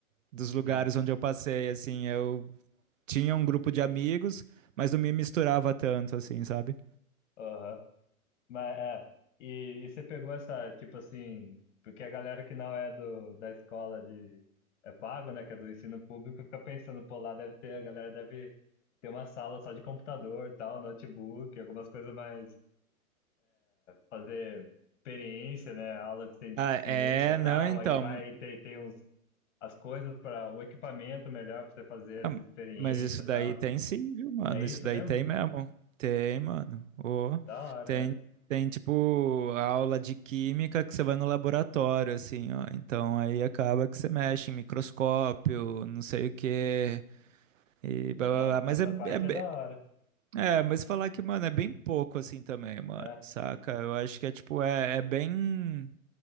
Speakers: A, on the right; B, on the left.
A: dos lugares
B: sim,
A: onde eu passei, assim, eu tinha um grupo de amigos, mas não me misturava tanto, assim, sabe?
B: aham. Mas é, e, e você pegou essa, tipo assim, porque a galera que não é do, da escola de, é pago, né, que é do ensino público, fica pensando, pô, lá deve ter, a galera deve ter uma sala só de computador, tal, notebook, algumas coisas mais, fazer experiência, né, aula de ci-
A: Ah,
B: ciência,
A: é,
B: tal,
A: não, então.
B: aí vai ter, tem uns, as coisas para, o equipamento melhor para você fazer
A: Ah,
B: essa experiência,
A: Mas isso daí
B: tal.
A: tem sim, viu, mano?
B: É isso
A: Isso daí
B: mesmo?
A: tem mesmo. Tem, mano. Ô,
B: Da hora,
A: tem, tem, tipo, aula de química que você vai no laboratório, assim, ó. Então aí acaba que você mexe em microscópio, não sei o quê. E blá,
B: é.
A: blá, blá. Mas
B: É, essa
A: é, é,
B: parte é da hora,
A: É, mas falar que, mano, é bem pouco assim também, mano,
B: é,
A: saca? Eu acho que é tipo, é, é bem